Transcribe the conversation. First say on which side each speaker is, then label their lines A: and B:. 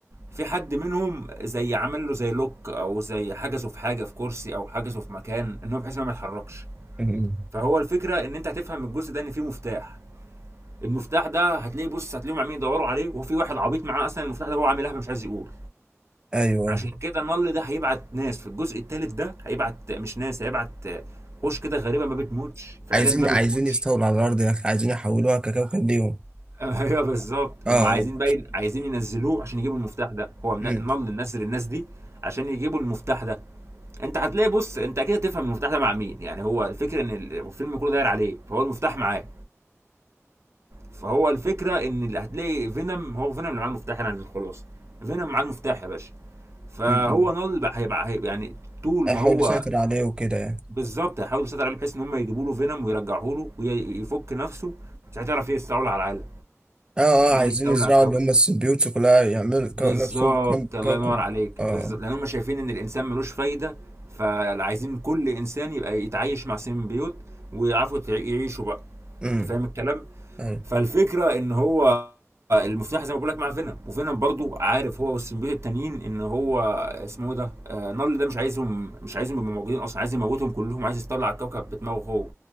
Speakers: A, on the right; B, on the right.
A: في حد منهم زي عمل له زي لوك او زي حجزه في حاجه في كرسي او حجزه في مكان ان هو بحيث ان هو ما يتحركش
B: أمم.
A: فهو الفكره ان انت هتفهم من الجزء ده ان فيه مفتاح المفتاح ده هتلاقيه بص هتلاقيهم عاملين يدوروا عليه وفي واحد عبيط معاه اصلا المفتاح ده هو عامل لهبه مش عايز يقول
B: ايوه
A: عشان كده النل ده هيبعت ناس في الجزء الثالث ده هيبعت مش ناس هيبعت وش كده غريبه ما بتموتش فعليا
B: عايزين
A: ما
B: عايزين
A: بتموتش
B: يستولوا على الارض يا اخي عايزين يحولوها ككوكب ليهم
A: <laughs> ايوه بالظبط
B: اه اه
A: هم عايزين باين عايزين ينزلوه عشان يجيبوا المفتاح ده هو من-
B: مم.
A: النل نزل الناس دي عشان يجيبوا المفتاح ده انت هتلاقي بص انت اكيد هتفهم المفتاح ده مع مين يعني هو الفكره ان الفيلم كله داير عليه فهو المفتاح معاه فهو الفكره ان اللي هتلاقي فينوم هو فينوم اللي معاه المفتاح يعني الخلاصه فينوم معاه المفتاح يا باشا فهو
B: مم.
A: نال بقى- هيبقى هيبقى يعني طول
B: احاول
A: ما هو
B: اسيطر عليه وكده يعني
A: بالظبط هيحاولوا يسيطروا عليه بحيث ان هم يجيبوا له فينوم ويرجعوه له ويفك نفسه مش هتعرف يستولى على العالم
B: اه اه
A: يجي
B: عايزين
A: يستولى
B: يزرعوا
A: على الكوكب
B: اللي هم السيمبيوتس كلها يعملوا كو-
A: بالظبط
B: نفسهم كم
A: الله
B: كوكب
A: ينور عليك
B: اه
A: بالظبط لان هم شايفين ان الانسان ملوش فايده فعايزين كل انسان يبقى يتعايش مع سيمبيوت ويعرفوا يعيشوا بقى
B: امم
A: انت فاهم الكلام
B: أيوة.
A: فالفكره ان هو المفتاح زي ما بقول لك مع فينوم وفينوم برضو عارف هو والسيمبيوت التانيين ان هو اسمه ايه ده آه نارل ده مش عايزهم مش عايزهم يبقوا موجودين اصلا عايز يموتهم كلهم عايز يطلع الكوكب بدماغه هو